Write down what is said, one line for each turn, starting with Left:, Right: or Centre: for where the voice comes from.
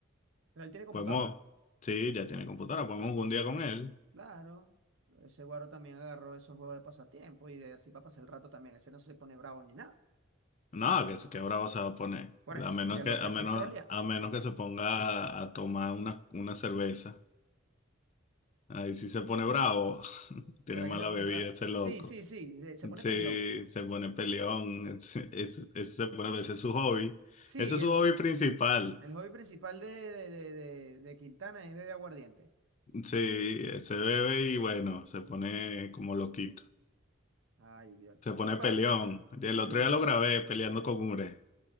Right: pero él tiene computadora.
Left: podemos. Sí, ya tiene computadora, podemos jugar un día con él.
Right: Claro. Ese guaro también agarró esos juegos de pasatiempo y de así para pasar el rato también. Ese no se pone bravo ni nada.
Left: No, que, que bravo se va a poner.
Right: Por eso,
Left: A menos
Right: porque
Left: que,
Right: lo
Left: a
Right: que hace
Left: menos,
Right: es trolear.
Left: a menos que se ponga a, a tomar una, una cerveza. Ahí sí se pone bravo. <laughs> Tiene
Right: ¿Será
Left: mala
Right: que se pondrá?
Left: bebida ese loco.
Right: Sí, sí, sí. Se, se pone
Left: Sí,
Right: peleón.
Left: se pone peleón. <laughs> Ese, ese- ese se pone, ese es su hobby.
Right: Sí,
Left: Ese es su
Right: el,
Left: hobby
Right: jo-
Left: principal.
Right: el hobby principal de, de, de, de, de Quintana es beber aguardiente.
Left: Sí, se bebe y bueno, se pone como loquito.
Right: Ay, Dios, chamo.
Left: Se pone
Right: Epa,
Left: peleón. Y El otro
Right: y el,
Left: día lo grabé peleando con Ure.